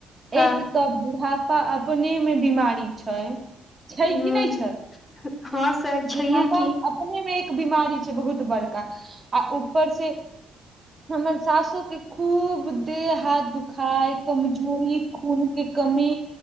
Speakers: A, on the left; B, on the right.
A: हँ
B: एक तऽ बूढ़ा। अपनेमे बीमारी छै, छै
A: हूं
B: कि नहि छै,
A: हँ सैह छैहे
B: बुढ़ापा
A: की
B: अब। ने मे एक बीमारी छै, बहुत बड़का आ ऊपरसे हमर सासोके खूब देह हाथ दुख। खाय कमजोरी खूनके कमी